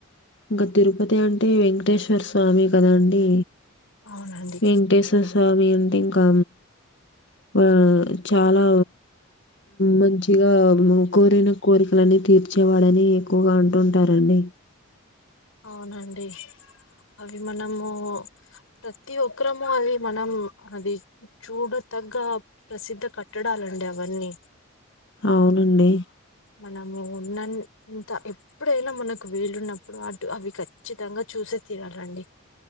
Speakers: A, on the left; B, on the left.
A: ఇంకా తిరుపతి అంటే వెంకటేశ్వర స్వామి కదా అండి
B: అవునండి
A: వెంకటేశ్వర స్వామి అంటే ఇంకా ఆ చాలా మంచిగా కోరిన కోరికల అన్ని తీర్చేవాడని ఎక్కువగా అంటుంటారండి
B: అవునండి అవి మనము ప్రతి ఒక్కరము అది మనం అది చూడ తగ్గ ప్రసిద్ధ కట్టడాలు రండి అవన్నీ
A: అవునండి.
B: మనము ఉన్నన్నీ ఇంత ఎప్పుడైనా మనకు విలున్నప్పుడు అటు అవి ఖచ్చితంగా చూసే తీరాలండి